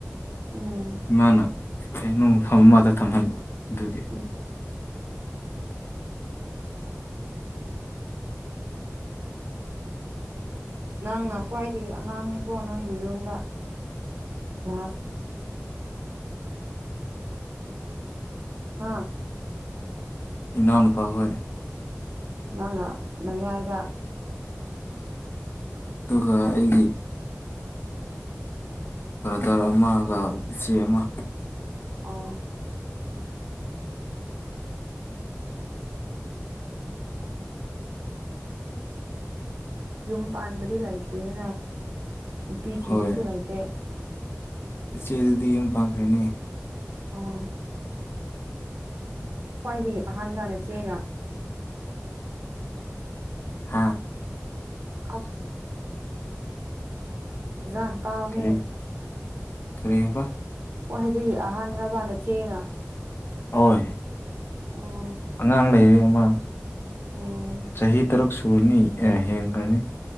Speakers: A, on the right; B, on the left.
A: ꯎꯝ
B: ꯏꯃꯥꯅ ꯀꯩꯅꯣ ꯃꯐꯝ ꯑꯃꯗ ꯊꯝꯍꯟꯕ ꯑꯗꯨꯒꯤ
A: <inaudible> ꯅꯪꯅ ꯈ꯭ꯋꯥꯏꯗꯒꯤ ꯑꯉꯥꯡꯅꯤꯀꯣ ꯅꯣꯏꯒꯤ ꯌꯨꯝꯗ ꯀ꯭ꯂꯥꯁ ꯍꯥ
B: ꯏꯅꯥꯎ ꯅꯨꯄꯥ ꯍꯣꯏ
A: ꯅꯪꯅ ꯃꯌꯥꯏꯔꯥ
B: ꯑꯗꯨꯒ ꯑꯩꯒꯤ ꯕ꯭ꯔꯥꯗꯔ ꯑꯃꯒ ꯏꯆꯦ ꯑꯃ
A: ꯑꯣ ꯌꯨꯝ ꯄꯥꯟꯕꯗꯤ ꯂꯩꯇ꯭ꯔꯤꯅ ꯅꯨꯄꯤ ꯊꯤꯕꯁꯨ
B: ꯍꯣꯏ
A: ꯂꯩꯇꯦ
B: ꯏꯆꯦꯗꯨꯗꯤ ꯌꯨꯝ ꯄꯥꯡꯈ꯭ꯔꯦꯅꯤ
A: ꯑꯣ ꯈ꯭ꯋꯥꯏꯗꯒꯤ ꯑꯍꯥꯟꯂꯥ ꯅꯆꯦꯅ
B: ꯍꯥꯥ
A: ꯑꯣꯐ ꯐꯖꯟ ꯇꯥꯎꯍꯦ
B: ꯀꯔꯤ ꯀꯔꯤ ꯍꯥꯏꯕ
A: ꯈ꯭ꯋꯥꯏꯗꯒꯤ ꯑꯍꯟꯔꯥꯕ ꯅꯆꯦꯅ
B: ꯑꯍꯣꯏ
A: ꯑꯣ
B: ꯑꯉꯥꯡ ꯂꯩꯔꯦ ꯑꯃ
A: ꯎꯝ
B: ꯆꯍꯤ ꯇꯔꯨꯛ ꯁꯨꯔꯅꯤ ꯑꯦ ꯍꯦꯟꯒ꯭ꯔꯥꯅꯤ